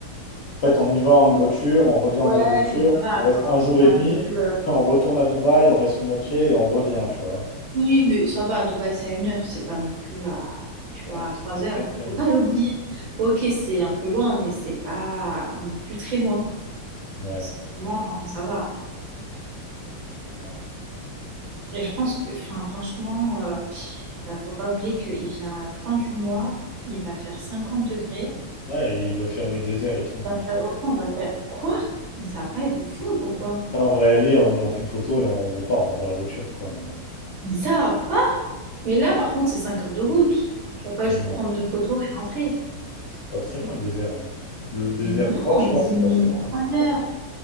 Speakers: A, on the left; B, on the right.
A: En fait, on y va en une voiture, on revient en
B: Ouais,
A: deux voitures.
B: mais ça va,
A: On reste
B: enfin,
A: un jour
B: c'est pas
A: et demi.
B: non plus. euh,
A: Après, on retourne à Dubaï, on reste une moitié et on revient, tu vois.
B: Oui, mais ça va, à Dubaï, c'est à une heure, c'est pas non plus à, tu
A: Ah,
B: vois, à trois
A: Et
B: heures.
A: quand même,
B: Faut
A: ouais.
B: pas l'oublier. Ok, c'est un peu loin, mais c'est pas non plus très loin.
A: Ouais.
B: C'est vraiment, ça va.
A: ouais.
B: Et je pense que, enfin, franchement, euh, euh, faut pas oublier qu'il vient à la fin du mois, il va faire 50 degrés.
A: Ouais, il veut faire le désert et tout, il m'a
B: On va
A: dit.
B: faire, ok, on va faire quoi? Mais ça va pas, il veut fondre ou quoi?
A: Là, on va y aller, on, y- on fait une photo et on repart hein, dans la voiture, quoi. Mais bon.
B: Mais ça va pas! Mais là, par contre, c'est 5 heures de route. Tu vas pas
A: Mais
B: juste
A: non,
B: pour prendre deux photos et rentrer.
A: c'est pas très loin le désert. hein. Le désert
B: Mais non,
A: proche,
B: mais
A: là,
B: c'est
A: c'est
B: minimum
A: pas très loin. Là.
B: 3 heures.